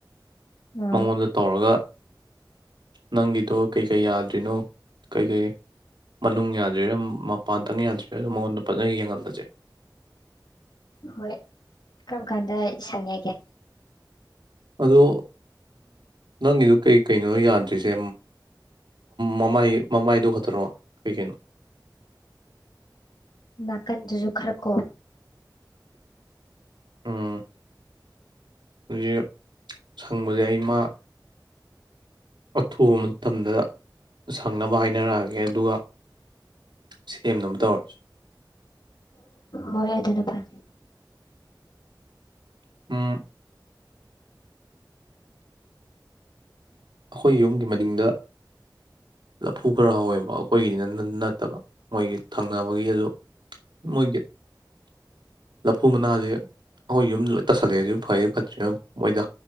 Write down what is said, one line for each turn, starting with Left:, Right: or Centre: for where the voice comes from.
Left: ꯑꯥ
Right: ꯃꯉꯣꯟꯗ ꯇꯧꯔꯒ ꯅꯪꯒꯤꯗꯣ ꯀꯩꯀꯩ ꯌꯥꯗ꯭ꯔꯤꯅꯣ ꯀꯩꯀꯩ ꯃꯅꯨꯡ ꯌꯥꯗ꯭ꯔꯤꯔꯣ ꯃꯄꯥꯟꯗꯪ ꯌꯥꯗ꯭ꯔꯤꯔꯥꯗꯣ ꯃꯉꯣꯟꯗ ꯐꯖꯅ ꯌꯦꯡꯍꯜꯂꯁꯦ
Left: ꯍꯣꯏ ꯀꯔꯝ ꯀꯥꯟꯗ ꯁꯪꯉꯒꯦ
Right: ꯑꯗꯣ ꯅꯪꯒꯤꯗꯨ ꯀꯩ ꯀꯩꯅꯣꯣ ꯌꯥꯗ꯭ꯔꯤꯁꯦ ꯃꯃꯥꯏ ꯃꯃꯥꯏꯗꯨꯣ ꯈꯠꯇꯔꯛꯣ ꯀꯩ ꯀꯩꯅꯣ
Left: ꯅꯥꯀꯟꯗꯨꯁꯨ ꯈꯔ ꯀꯣ
Right: ꯎꯝ ꯍꯧꯖꯤꯛ ꯁꯪꯕꯁꯦ ꯑꯩ ꯃꯥ ꯑꯊꯨꯕ ꯃꯇꯝꯗ ꯁꯪꯅꯕ ꯍꯥꯏꯅꯔꯛꯑꯒꯦ ꯑꯗꯨꯒ ꯁꯦꯝꯅꯕ ꯇꯧꯔꯁꯤ
Left: ꯍꯣꯏ ꯑꯗꯨ ꯅꯄꯥꯏ
Right: ꯑ ꯑꯩꯈꯣꯏ ꯌꯨꯝꯒꯤ ꯃꯅꯤꯡꯗ ꯂꯐꯨ ꯈꯔ ꯍꯧꯋꯦꯕ ꯑꯩꯈꯣꯏꯒꯤꯅꯤꯅ ꯅꯠꯇꯕ ꯃꯣꯏꯒꯤ ꯊꯪꯅꯕꯒꯤ ꯑꯗꯨ ꯃꯣꯏꯒꯤ ꯂꯐꯨ ꯃꯅꯥꯁꯦ ꯑꯩꯈꯣꯏ ꯌꯨꯝ ꯂꯣꯏ ꯇꯥꯁꯜꯂꯛꯑꯦꯁꯨ ꯐꯩ ꯐꯠꯇ꯭ꯔꯦ ꯃꯣꯏꯗ